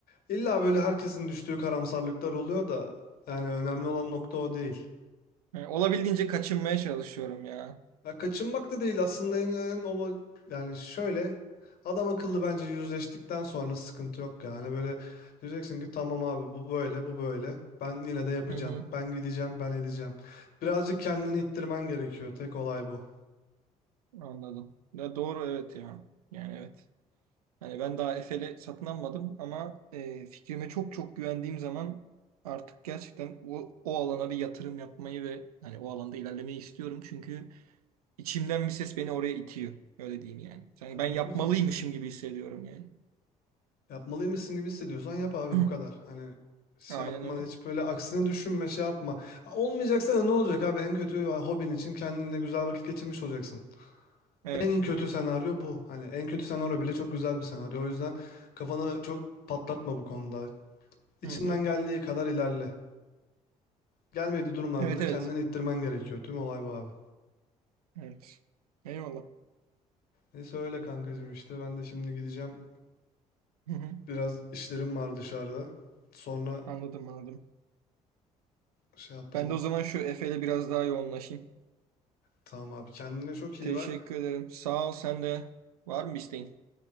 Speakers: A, on the left; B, on the right.
A: İlla böyle herkesin düştüğü karamsarlıklar oluyor da yani önemli olan nokta o değil.
B: Yani olabildiğince kaçınmaya çalışıyorum ya.
A: Ya kaçınmak da değil aslında en, en ola- yani şöyle adam akıllı bence yüzleştikten sonra sıkıntı yok yani böyle diyeceksin ki tamam abi bu böyle bu böyle ben yine de yapacağım
B: Hı hı,
A: ben gideceğim ben edeceğim. Birazcık kendini ittirmen gerekiyor tek olay bu.
B: anladım. Ya doğru evet ya. Yani evet. Hani ben daha Efe'li satın almadım ama e, fikrime çok çok güvendiğim zaman artık gerçekten o, o alana bir yatırım yapmayı ve hani o alanda ilerlemeyi istiyorum. Çünkü içimden bir ses beni oraya itiyor. Öyle diyeyim yani. Sanki
A: Abi
B: ben yapmalıymışım
A: ne güzel işte.
B: gibi hissediyorum yani.
A: Yapmalıymışsın gibi hissediyorsan yap abi
B: <clears throat>
A: bu kadar. Hani şey
B: Aynen
A: yapma
B: öyle.
A: hiç böyle aksine düşünme şey yapma. Ha, Olmayacaksa da ne olacak abi en kötü ha, hobin için kendine güzel vakit geçirmiş olacaksın.
B: Evet.
A: En kötü senaryo bu. Hani en kötü senaryo bile çok güzel bir senaryo. O yüzden kafanı çok patlatma bu konuda. İçinden
B: Hı hı.
A: geldiği kadar ilerle. Gelmediği durumlarda
B: Evet
A: da
B: evet.
A: kendini ittirmen gerekiyor. Tüm olay bu abi.
B: Evet. Eyvallah.
A: Neyse öyle kankacığım işte. Ben de şimdi gideceğim.
B: Hı hı.
A: Biraz işlerim var dışarıda. Sonra
B: Anladım anladım.
A: şey yapalım.
B: Ben de o zaman şu Efe'yle biraz daha yoğunlaşayım.
A: Tamam abi kendine çok iyi
B: Teşekkür
A: bak.
B: ederim. Sağ ol sen de. Var mı bir isteğin?